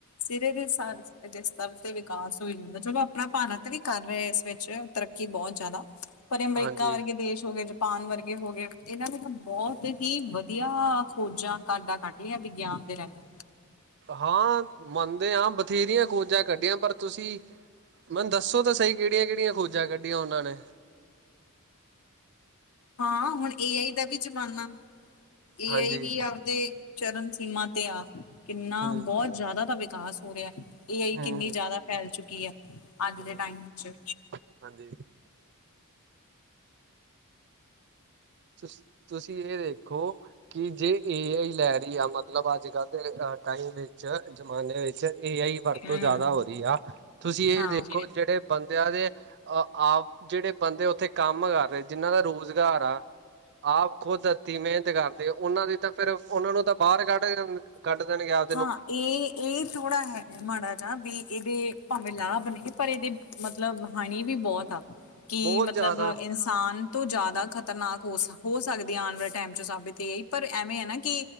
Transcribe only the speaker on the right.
ਹਾਂਜੀ
ਹਾਂ ਮੰਨਦੇ ਹਾਂ, ਬਥੇਰੀਆਂ ਖੋਜਾਂ ਕੱਢੀਆਂ, ਪਰ ਤੁਸੀਂ ਮੈਨੂੰ ਦੱਸੋ ਤਾਂ ਸਹੀ, ਕਿਹੜੀਆਂ ਕਿਹੜੀਆਂ ਖੋਜਾਂ ਕੱਢੀਆਂ, ਉਹਨਾਂ ਨੇ।
ਹਾਂਜੀ
ਹੂੰ
ਹੂੰ
ਹੂੰ
ਹੂੰ
ਹਾਂਜੀ। ਤੁ। ਤੁਸੀਂ। ਇਹ। ਦੇਖੋ। ਕਿ। ਜੇ। ਏ। ਆਈ। ਹੀ। ਲੈ। ਰਹੀ। ਆ। ਮਤਲਬ। ਅੱਜ। ਕੱਲ੍ਹ। ਦੇ। ਅਹ। ਟਾਈਮ। ਵਿੱਚ। ਜਮਾਨੇ। ਵਿੱਚ। ਇਹ। ਆ। ਹੀ। ਵਰਤੋਂ।
ਜ਼ਿਆਦਾ।
ਹੋ। ਰਹੀ। ਆ। ਤੁਸੀਂ।
ਇਹ। ਦੇਖੋ। ਜਿਹੜੇ। ਬੰਦੇ। ਦੇ। ਆਪ। ਜਿਹੜੇ। ਬੰਦੇ। ਉੱਥੇ। ਕੰਮ। ਕਰ। ਰਹੇ। ਜਿੰਹਨਾਂ। ਦਾ। ਰੁਜ਼ਗਾਰ। ਆ। ਆਪ। ਖੁਦ। ਦਿੱਤੀ। ਮਿਹਨਤ। ਕਰਦੇ। ਉਹਨਾਂ। ਦੀ। ਤਾਂ। ਫੇਿਰ। ਉਹਨਾਂ। ਨੂੰ। ਤਾਂ। ਬਾਹਰ। ਕੱਢ। ਕੱਢ। ਦੇਣ। ਗਿਆ।
ਬਹੁਤ
ਜ਼ਿਆਦਾ